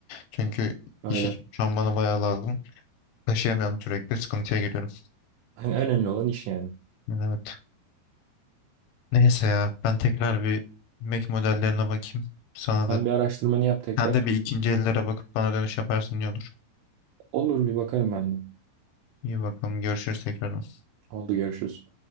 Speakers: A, on the left; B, on the right.
A: Çünkü
B: Öyle.
A: iş için şu an bana bayağı lazım. Taşıyamıyorum sürekli sıkıntıya giriyorum.
B: Hani önemli olan iş yani.
A: Yani evet. Neyse ya ben tekrar bir Mac modellerine bakayım. Sana
B: Sen
A: da
B: bir araştırmanı yap tekrar.
A: sen de bir ikinci ellere bakıp bana dönüş yaparsın iyi olur.
B: Olur bir bakarım ben de.
A: İyi bakalım görüşürüz tekrar.
B: Oldu görüşürüz.